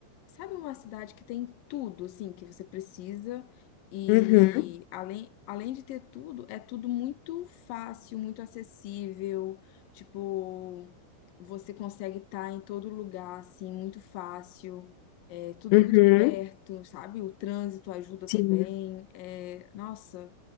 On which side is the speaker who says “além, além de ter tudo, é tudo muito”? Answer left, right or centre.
Left